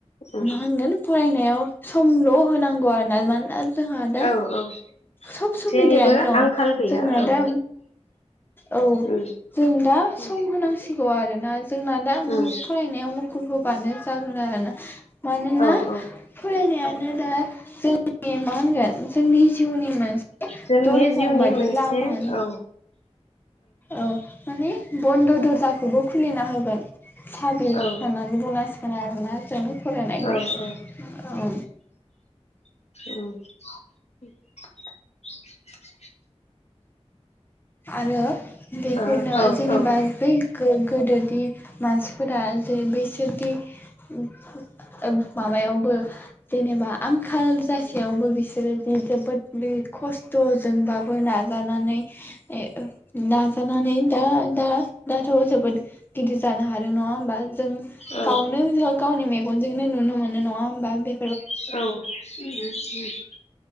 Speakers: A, on the left; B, on the left.
A: उम
B: मा होनगोन फरायनायाव समल' होनांगौ आरोना मानोना जोंहा दा
A: औ औ
B: सब सुबिदायानो
A: जेनिबो
B: दं
A: आंखाल गैया
B: जोंना
A: औ उम
B: दा औ
A: उम
B: जों दा सम
A: उम
B: होनांसिगौ आरोना जोंना दा
A: उम
B: फरायनायाव मुखुब होबानो जागोन आरो ना मानोना
A: औ औ उम
B: फरायनायानो दा जों मा होनगोन जोंनि जिउनि मोनसे
A: जोंनि
B: दरखं
A: जिउनि
B: बादि
A: मोनसे
B: लामानि
A: औ
B: औ माने बन्द' दर्जाखौबो खुलिना होगोन <inaudible> साबि
A: औ
B: होननानै बुंनांसिगोन आरोना जों फरायनायखौ
A: औ औ औ <inaudible>
B: आरो बेफोरनो
A: ओ औ
B: जेनेबा
A: औ
B: बै गो-गोदो दे मानसिफोरा जे बैसो दि ओ माबायाव बो जेनेबा आंखाल जासेयावबो बिसोरो दि जोबोद खस्थ'जोंबाबो नाजानानै <inaudible> ए ओ नाजा नानै दा दा दाथ' जोबोद गिदिर जानो हादों नङा होमबा जों
A: औ
B: गावनो गावनि मे गनजोंनो नुनो मोनो नङा होमबा बे
A: औ उम उम।